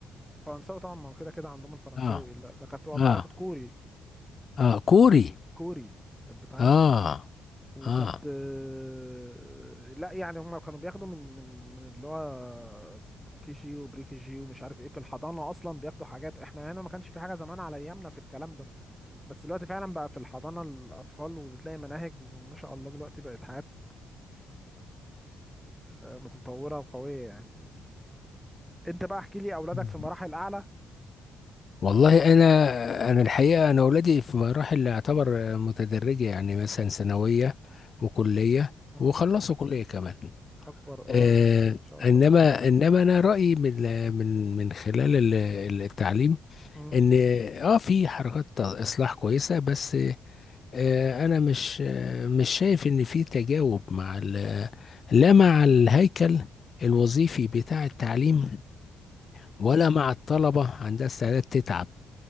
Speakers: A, in the centre; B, on the left (about 45°).
A: فرنساوي طبعا ما هو كده كده عندهم الفرنساوي
B: اه
A: لا ده كانت بتاخد
B: اه
A: كوري
B: اه كوري
A: كوري كانت بتعلم
B: اه
A: كوري وكانت
B: اه
A: آه، لا يعني هم كانوا بياخدوا من من من اللي هو كي جي وبري كي جي ومش عارف ايه في الحضانه اصلا بياخدوا حاجات احنا هنا ما كانش في حاجه زمان على ايامنا في الكلام ده بس دلوقتي فعلا بقى في الحضانه الاطفال وبتلاقي مناهج وما شاء الله دلوقتي بقت حاجات آه، متطوره وقويه يعني انت بقى احكي لي اولادك
B: مم.
A: في مراحل اعلى
B: والله انا انا الحقيقه انا اولادي في مراحل اعتبر متدرجه يعني مثلا ثانويه وكليه
A: مم.
B: وخلصوا كليه كمان
A: اكبر اه
B: آه
A: ما شاء الله
B: انما انما انا رايي من من من خلال ال- ال- التعليم
A: مم.
B: ان اه في حركات اصلاح كويسه بس آه انا مش آه مش شايف ان في تجاوب مع ال- لا مع الهيكل الوظيفي بتاع التعليم ولا مع الطلبه عندها استعداد تتعب